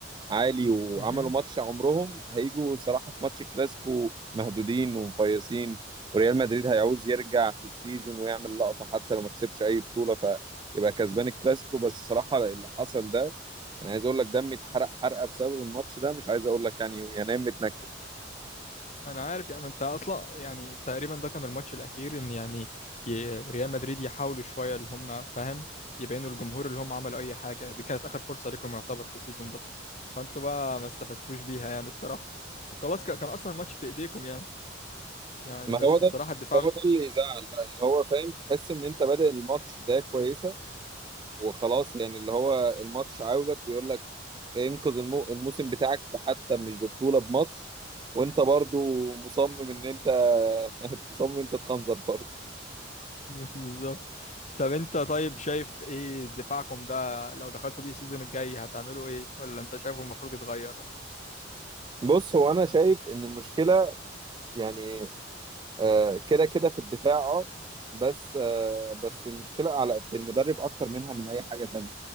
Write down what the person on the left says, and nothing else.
مهم.
انا عارف يا عم انت اصلا يعني تقريبا ده كان الماتش الاخير ان يعني ي- ريال مدريد يحاولوا شويه اللي هم فاهم يبينوا للجمهور اللي هم عملوا اي حاجه دي كانت اخر فرصه ليكم يعتبر في السيزون ده فانتوا بقى ما استفدتوش بيها يعني الصراحه وخلاص ك- كان اصلا الماتش في ايديكم يعني يعني
بس
الصراحه الدفاع
<laughs> بالظبط طب انت طيب شايف ايه دفاعكم ده لو دخلتوا بيه السيزون الجاي هتعملوا ايه ولا انت شايفه المفروض يتغير